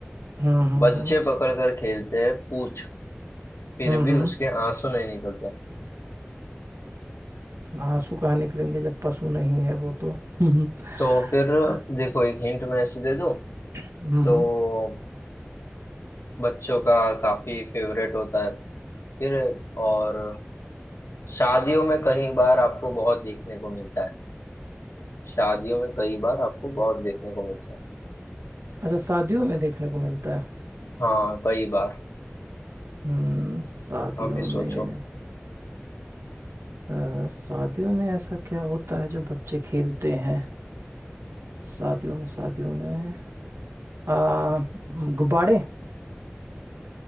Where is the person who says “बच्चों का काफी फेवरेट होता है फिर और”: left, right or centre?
Left